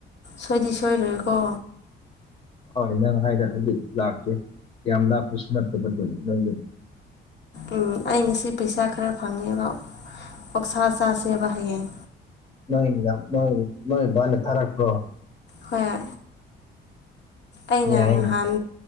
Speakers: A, on the left; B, on the left.
A: ꯁꯣꯏꯗꯤ ꯁꯣꯏꯔꯣꯏꯀꯣ꯫
B: ꯍꯣꯏ ꯅꯪ ꯍꯥꯏꯔꯛꯑꯗꯤ ꯂꯥꯛꯀꯦ ꯌꯥꯝ ꯂꯥꯞꯄꯁꯨ ꯅꯠꯇꯕꯗ ꯅꯣꯏ ꯌꯨꯝ꯫
A: ꯎꯝ ꯑꯩ ꯉꯁꯤ ꯄꯩꯁꯥ ꯈꯔ ꯐꯪꯉꯦꯕ ꯑꯣꯛꯁꯥ ꯆꯥꯁꯦꯕ ꯍꯌꯦꯡ꯫
B: ꯅꯣꯏ ꯅꯣꯏ ꯅꯣꯏ ꯕꯥꯅ ꯊꯥꯔꯛꯄ꯭ꯔꯣ
A: ꯍꯣꯏ ꯑꯩꯅ
B: ꯌꯥꯏ
A: ꯉꯍꯥꯟ